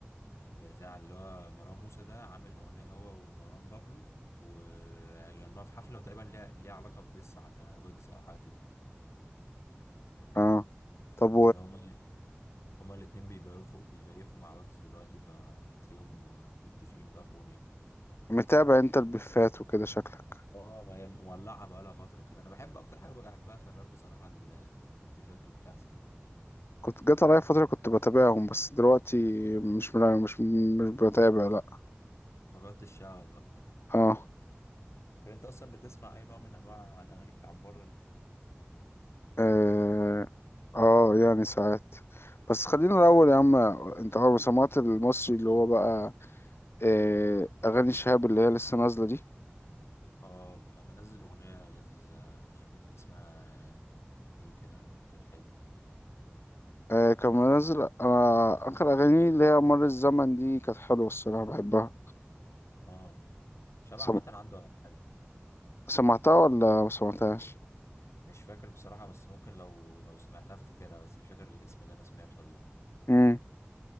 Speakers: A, on the left; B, on the left.
A: بتاع اللي هو مروان موسى ده عامل اغنيه هو ومروان بابلو وغنوها في حفله وتقريبا ليها ليها علاقه بديس على ويجز او حاجه كده
B: اه طب
A: لان هما الاتنين هما الاتنين بيبيفوا بيبيفوا مع ويجز دلوقتي فتلاقيهم متفقين بقى في اغنيه
B: ومتابع انت البفات وكده شكلك
A: اه ما هي مولعه بقى لها فتره كده انا بحب اكتر حاجه بحبها في الراب بصراحه ال- البيفات اللي بتحصل دي
B: كنت جات عليا فترة كنت بتابعهم بس دلوقتي مش ملا- مش مش بتابع لا
A: فجرة الشعب بقى
B: اه
A: طب انت اصلا بتسمع اي نوع من انواع الاغاني بتاع بره دي
B: اه آه، يعني ساعات بس خلينا الأول يا عم انت عارف سمعت المصري اللي هو بقى آه أغاني شهاب اللي هي لسه نازلة دي
A: اه كان منزل اغنية لذيذة مش فاكر كان اسمها ايه كده كانت حلوة
B: آه كان منزل أنا آخر أغاني اللي هي مر الزمن دي كانت حلوة الصراحة بحبها
A: اه شبع
B: سم...
A: عامة عنده اغاني حلوة
B: سمعتها ولا ما سمعتهاش؟
A: مش فاكر بصراحة بس ممكن لو لو سمعتها افتكرها بس مش فاكر الاسم ده انا سمعته ولا لا
B: مم.